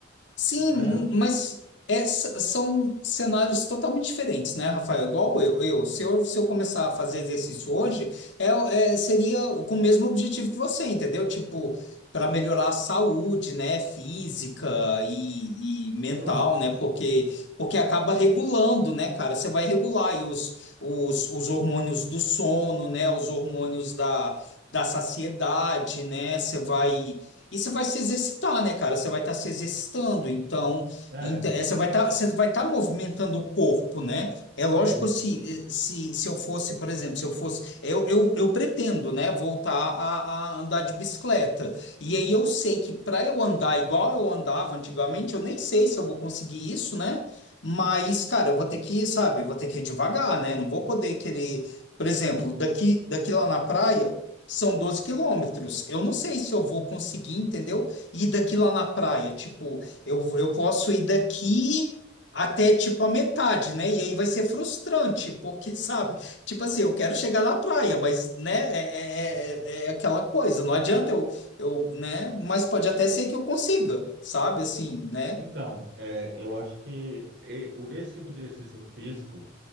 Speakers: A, on the left; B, on the right.
A: Sim,
B: não é
A: mas é- s- são cenários totalmente diferentes, né, Rafael? Igual eu, eu, se eu, se eu começar a fazer exercício hoje, é, é- seria com o mesmo objetivo que você, entendeu? Tipo, para melhorar a saúde, né, física e, e mental,
B: pronto.
A: né? Porque, porque acaba regulando, né, cara? Você vai regular aí os, os, os hormônios do sono, né? Os hormônios da, da saciedade, né? Você vai. E você vai se exercitar, né, cara? Você vai estar se exercitando, então,
B: É.
A: ent- eh, você vai estar, você vai estar movimentando o corpo, né? É lógico
B: E aí,
A: se, se, se eu fosse, por exemplo, se eu fosse, eu, eu, eu pretendo, né, voltar a, a andar de bicicleta. E aí eu sei que para eu andar igual eu andava antigamente, eu nem sei se eu vou conseguir isso, né? Mas, cara, eu vou ter que, sabe, eu vou ter que ir devagar, né? Não vou poder querer, por exemplo, daqui, daqui lá na praia. São 12 quilômetros. Eu não sei se eu vou conseguir, entendeu? Ir daqui lá na praia. Tipo, eu, eu posso ir daqui até tipo a metade, né? E aí vai ser frustrante, porque, <laughs> sabe? Tipo assim, eu quero chegar na praia, mas, né? É, é, é é aquela coisa. Não adianta eu, eu, né? Mas pode até ser que eu consiga, sabe? Assim, né?
B: então, é, eu acho que e- o- esse tipo de exercício físico,